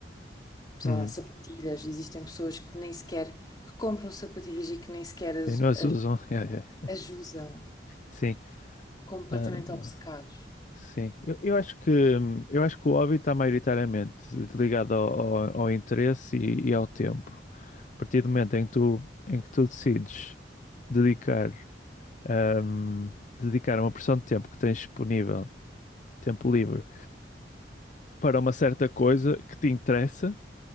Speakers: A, on the left; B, on the left.
A: sei
B: Uhum.
A: lá, sapatilhas. Existem pessoas que nem sequer, que compram sapatilhas e que nem sequer as,
B: Sim, nós
A: as,
B: usam. <laughs> Yeah, yeah.
A: as usam,
B: Sim.
A: completamente
B: Ah,
A: obcecados.
B: Sim, eu, eu acho que eu acho que o hobby está maioritariamente ligado ao, ao- ao interesse e, e ao tempo. A partir do momento em que tu, em que tu decides dedicar, ahm, dedicar uma porção de tempo que tens disponível, tempo livre, para uma certa coisa que te interessa,